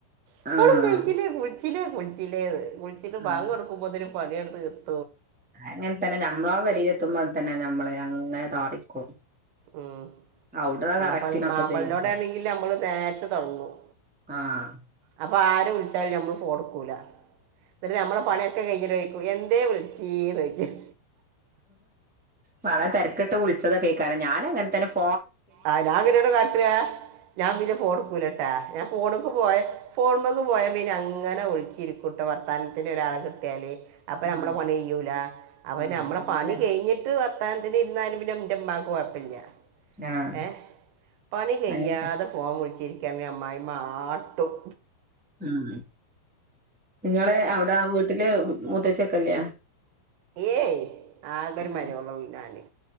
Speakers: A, on the right; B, in the centre.
A: ഇപ്പളും
B: ആഹ്
A: കയിച്ചില്ലേ കുടിച്ചില്ലേ കുടിച്ചില്ലേ കുളിച്ചിട്ട്
B: ആഹ്
A: ബാങ്ക് കൊടുമ്പോതേന് പണിയങ്ങട് തീർക്കും
B: അങ്ങനെ തന്നെ ഞമ്മള് പെരിയില എത്തുമ്പോ തന്നെ മ്മള് അങ്ങനെ താറിക്കും
A: ഉം
B: ഔട്ന്നാ
A: മാപ്പൾ
B: കറക്റ്റിനൊക്കെ
A: മാപ്പളിനോടെ
B: ചെയ്യും ചെയ്യും
A: ആണെങ്കില് നമ്മള് നേരത്തെ തുടങ്ങും
B: ആഹ്
A: അപ്പ ആരു വിളിച്ചാലും ഞമ്മള് ഫോൺടുക്കൂല. ന്നിട്ട് നമ്മളെ പണിയൊക്കെ കഴിഞ്ഞിട്ടേയിരിക്കും എന്തേ വിളിച്ചീ ചോയ്ക്കും
B: പല തെരക്കിട്ട് വിളിച്ചതൊക്കെയ്ക്കാരം ഞാനും അങ്ങനെ തന്നെ ഫ്
A: ആ ഞാൻ പിന്നെന്താ കാട്ട്വാ. ഞാൻ പിന്നെ ഫോൺ ഇടുക്കൂലട്ടാ. ഞാൻ ഫോണക്ക് പോയാ ഫോൺമ്മ ക്ക് പോയാ പിന്നെ അങ്ങനെ വിളിച്ചിരിക്കും ട്ടോ. വർത്താനത്തിന് ഒരാളെ കിട്ട്യാല് അപ്പ
B: ആഹ്
A: ഞമ്മടേ പണി കയ്യൂല. അപ്പ
B: ആഹ്
A: ഞമ്മടെ
B: അതന്നെ
A: പണി കെയ്ഞ്ഞിട്ട് അ ത്താനത്തിന് ഇരുന്നാലും പിന്നെന്റെമ്മാക്ക് കൊഴപ്പല്ല്യ.
B: ആഹ്
A: ഏ പണി കയ്യാതെ
B: അങ്ങനത്തെ
A: ഫോൺ വിളിച്ചിരിക്കാണെങ്കിൽ അമ്മായിമ്മ ആട്ടും.
B: ഉം ങ്ങള്
A: ഏ
B: അവടെ വീട്ടില് മൂത്തച്ചിയൊക്കേല്ല്യ?
A: ഏയ് ആഗൊരു
B: ആഹ്
A: മരോളേള്ളൂ ഞാന്